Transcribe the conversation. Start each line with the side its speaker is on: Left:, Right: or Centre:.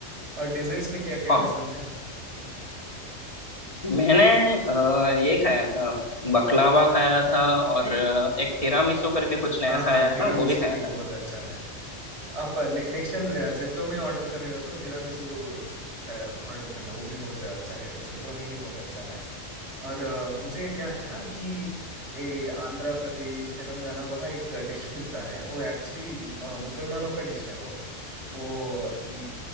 Right: और डेजर्ट्स में क्या क्या
Left: और
Right: पसंद है
Left: मैंने अ, ये खाया था बकलावा खाया था और अ, एक तिरामिसू करके कुछ नया
Right: हाँ
Left: सा
Right: हाँ
Left: आया है
Right: तिरामिसू
Left: ना वो भी खाया
Right: भी बहुत
Left: था
Right: अच्छा है आप नेक्स्ट टाइम जेप्टो में ऑर्डर कर रहे हो तो तिरामिसू का ऑर्डर करना वो भी बहुत अच्छा है जेप्टो में ही बहुत अच्छा है और अ, मुझे क्या है ना कि ए, आंध्र प्रदेश तेलंगाना वहाँ एक डिश मिलता है वो एक्चुअली मुसलमानों का डिश है वो वो इ-